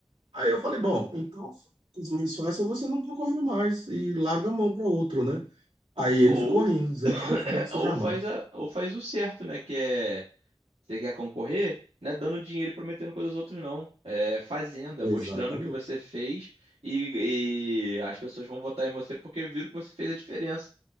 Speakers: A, on the right; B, on the right.
A: Aí eu falei, bom, então a coisa mais fácil é você não concorrer mais e larga a mão para outro, né? Aí ele
B: Ou
A: ficou rindo, dizendo
B: <coughs>
A: que não faria isso
B: ou
A: jamais.
B: faz a, ou faz o certo, né, que é você quer concorrer, não é dando dinheiro e prometendo coisas aos outros não. É fazendo,
A: Exatamente.
B: é mostrando o que você fez e, e as pessoas vão votar em você porque viram que você fez a diferença.